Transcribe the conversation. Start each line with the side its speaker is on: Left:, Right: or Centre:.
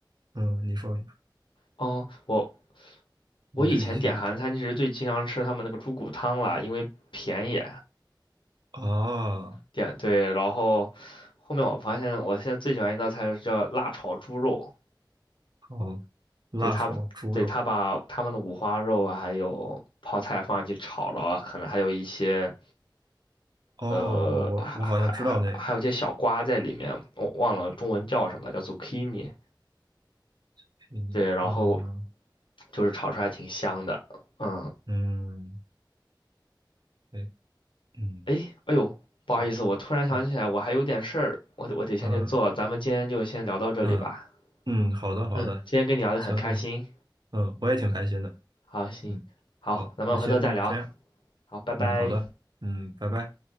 Right: 嗯，你说
Left: 哦，我我以前点韩餐其实最经常吃他们那个猪骨汤啦，
Right: 你是以前
Left: 因为便宜。
Right: 啊，
Left: 点对，然后后面我发现我现在最喜欢一道菜是叫辣炒猪肉。
Right: 好，辣炒猪肉。
Left: 就他对他把他们的五花肉啊，还有泡菜放进去炒了啊可能还有一些
Right: 哦，
Left: 呃，
Right: 我我我好像知道那个
Left: 还还还还还有一些小瓜在里面，我忘了中文叫什么了，叫 zucchini。
Right: 黑泥嗯
Left: 对，然后就是炒出来挺香的。嗯，
Right: 嗯，对，嗯，
Left: 哎，哎呦，不好意思，
Right: 行，
Left: 我突然想起来，
Right: 嗯
Left: 我还有点事儿，我得我得先去做，
Right: 嗯
Left: 咱们今天就先聊到这里吧。
Right: 嗯嗯，好的好的，
Left: 嗯，今天跟你聊的很开心。
Right: 行，那行，嗯，我也挺开心的，
Left: 好，行，
Right: 嗯，
Left: 好，
Right: 好，
Left: 咱们回头再聊。
Right: 那先这样，
Left: 好，拜拜。
Right: 嗯，好的，嗯，拜拜。